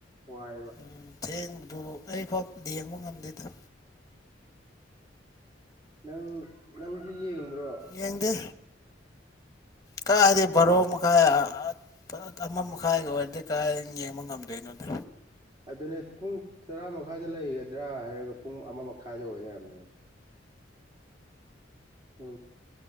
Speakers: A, on the right (about 25°); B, on the left (about 20°).
A: ꯋꯥꯏꯑꯦꯕ
B: ꯎꯝ ꯊꯦꯡꯕꯗꯨ ꯑꯩ ꯐꯥꯎ ꯌꯦꯡꯕ ꯉꯝꯗꯦꯗ꯫
A: ꯅꯪ ꯅꯪꯗꯤ ꯌꯦꯡꯕ꯭ꯔꯣ
B: ꯌꯦꯡꯗꯦ ꯀꯥꯏꯗꯩ ꯚꯥꯔꯣ
A: ꯑꯣ
B: ꯃꯈꯥꯏ ꯑ ꯑ ꯑꯃ ꯃꯈꯥꯏꯒ ꯑꯣꯏꯔꯗꯤ ꯀꯗꯥꯥꯏ ꯌꯦꯡꯕ ꯉꯝꯗꯣꯏꯅꯣꯗ꯫
A: ꯑꯗꯨꯅꯦ ꯄꯨꯡ ꯇꯔꯥ ꯃꯈꯥꯏꯗ ꯂꯩꯒꯗ꯭ꯔꯥ ꯍꯥꯏꯔꯒ ꯄꯨꯡ ꯑꯃ ꯃꯈꯥꯏꯗ ꯑꯣꯏꯂꯩꯔꯝꯃꯦ꯫ ꯄꯨꯡ